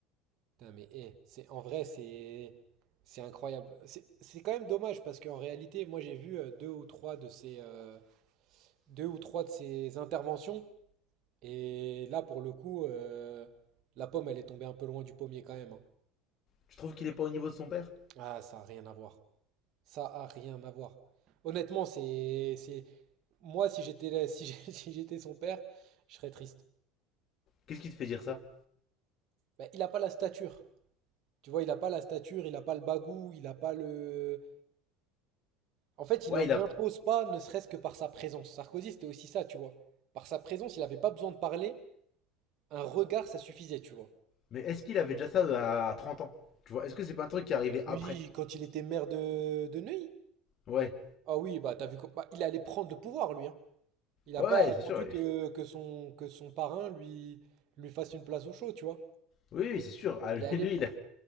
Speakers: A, on the right; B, on the left.
A: Putain, mais eh, c'est en vrai, c'est c'est incroyable. C'est c'est quand même dommage parce qu'en réalité, moi j'ai vu euh, deux ou trois de ces euh, deux ou trois de ces interventions et là pour le coup, euh, la pomme elle est tombée un peu loin du pommier quand même. hein.
B: Tu trouves qu'il est pas au niveau de son père
A: Ah, ça a rien à voir. Ça a rien à voir. Honnêtement, c'est c'est moi si j'étais là- <laughs> si j'ai- si j'étais son père, je serais triste.
B: Qu'est-ce qui te fait dire ça
A: Bah, il a pas la stature. Tu vois, il a pas la stature, il a pas le bagou, il a pas le En fait, il
B: Ouais,
A: n'en
B: il a.
A: impose pas, ne serait-ce que par sa présence. Sarkozy, c'était aussi ça, tu vois. Par sa présence, il n'avait pas besoin de parler. Un regard, ça suffisait, tu vois.
B: Mais est-ce qu'il avait déjà ça euh, à 30 ans Tu vois, est-ce que c'est pas un truc qui est arrivé
A: Oui,
B: après
A: quand il était maire de, de Neuilly.
B: Ouais,
A: Ah oui, bah t'as vu co- bah, il allait prendre le pouvoir, lui, hein. Il n'a
B: ouais,
A: pas attendu
B: c'est sûr.
A: que, que son, que son parrain lui, lui fasse une place au chaud, tu vois.
B: Oui, oui, c'est sûr. Ah,
A: Il
B: lui,
A: est allé,
B: lui, il a.